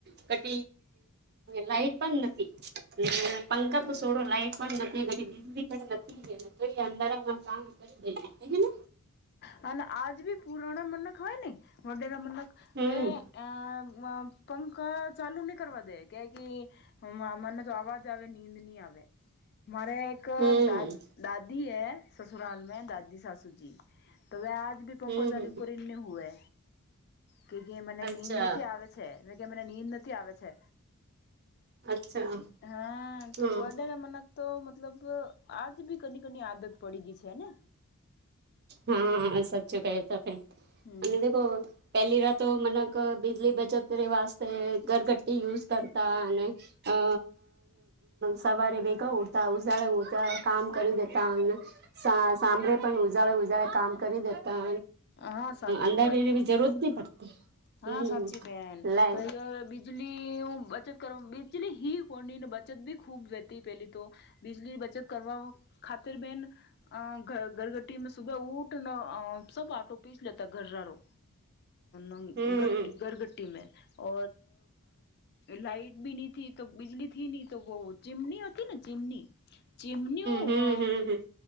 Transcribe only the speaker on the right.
<unintelligible> ક લાઈટ પણ નથી પંખા સોડો લાઈટ પણ નથી નથી અંધારામાં કામ કરી દે
હમ
હમ
હમ
હમ
હમ
અચ્છા
અચ્છા
હમ
હા સાચું ક તો ક અને
પહેલી રાતો મનક બીજલી બચત વાતે ઘરગટી યુઝ કરતા અને અ સવારે વેગા ઉઠતા ઉજાળા ઉડતા કામ કરી દેતા <unintelligible> સાંભરે પણ ઉજાળે ઉજાળે કામ કરી દેતા
અંદરવીવી
જરૂરત નહી પડતી
હમ
લાય
હમ હમ
હમ
હમ હમ